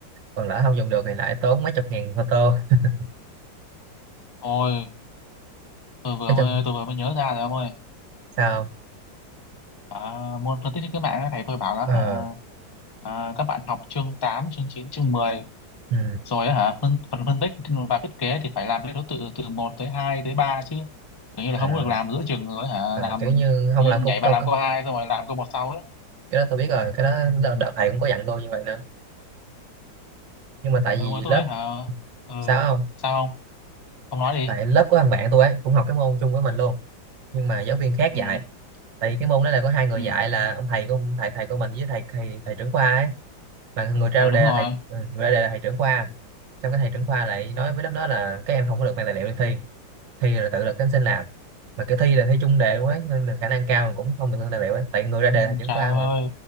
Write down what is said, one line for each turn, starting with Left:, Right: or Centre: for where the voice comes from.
Right: còn lỡ không dùng được thì lại tốn mấy chục ngàn photo <laughs>
Left: Ôi, tôi vừa
Right: nói
Left: mới,
Right: chung
Left: tôi vừa mới nhớ ra rồi ông ơi.
Right: sao
Left: À, môn phân tích thiết kế mạng ấy, thầy tôi bảo là
Right: ờ
Left: hả à, các bạn học chương 8 chương 9 chương 10
Right: ừ.
Left: rồi á hả phân, phần phân tích và thiết kế thì phải làm theo thứ tự từ một tới 2 tới 3 chứ. Tưởng như là
Right: à.
Left: không có được làm giữa chừng rồi hả
Right: à,
Left: làm
Right: kiểu như không
Left: tự nhiên
Right: làm câu
Left: nhảy vào
Right: câu
Left: làm câu hai xong rồi làm câu một sau ấy.
Right: cái đó tôi biết rồi cái đó đợt đợt thầy cũng có dặn tôi như vậy nữa nhưng mà tại vì
Left: Ừ mà tôi
Right: lớp
Left: hả ừ
Right: sao không
Left: sao không? Không nói đi.
Right: tại lớp của thằng bạn tôi ấy cũng học cái môn chung với mình luôn nhưng mà giáo viên khác
Left: Ừ
Right: dạy tại vì cái môn đó là có hai người
Left: ừ
Right: dạy là ông thầy của thầy thầy của mình với thầy thầy thầy trưởng khoa ấy mà người ra
Left: ừ đúng
Right: đề
Left: rồi.
Right: là thầy ừ, người ra đề là thầy trưởng khoa xong cái thầy trưởng khoa lại nói với lớp đó là các em không có được mang tài liệu đi thi thi là tự lực cánh sinh làm mà cái thi là thi chung đề luôn ấy nên là khả năng cao mà cũng không được mang tài liệu ấy tại người ra đề
Left: Ừ,
Right: là thầy trưởng
Left: trời
Right: khoa
Left: ơi.
Right: mà